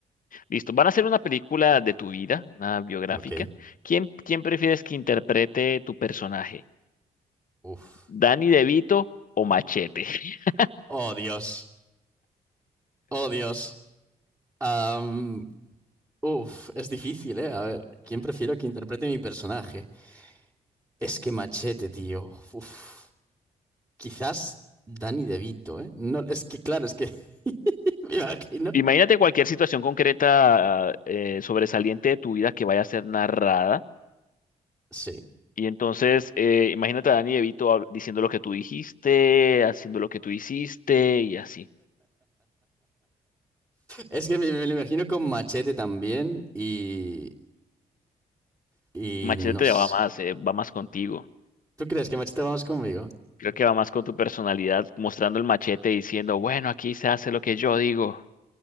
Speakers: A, on the left; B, on the right.
A: Listo. Van a hacer una película de tu vida, una biográfica.
B: Ok.
A: ¿Quién, quién prefieres que interprete tu personaje?
B: Uf.
A: ¿Danny DeVito o Machete? <laughs>
B: Oh, Dios. Oh, Dios. Am, uf, es difícil, ¿eh? A ver, ¿quién prefiero que interprete mi personaje? Es que Machete, tío. Uf. Quizás Danny DeVito, ¿eh? No, es que claro, es que <laughs> me imagino.
A: Imagínate cualquier situación concreta eh, sobresaliente de tu vida que vaya a ser narrada.
B: Sí.
A: Y entonces, eh, imagínate a Danny DeVito hab- diciendo lo que tú dijiste, haciendo lo que tú hiciste y así.
B: Es que me, me lo imagino con Machete también y, y
A: Machete
B: no sé.
A: te va más, eh, va más contigo.
B: ¿Tú crees que Machete vamos conmigo?
A: Creo que va más con tu personalidad, mostrando el machete y diciendo, bueno, aquí se hace lo que yo digo.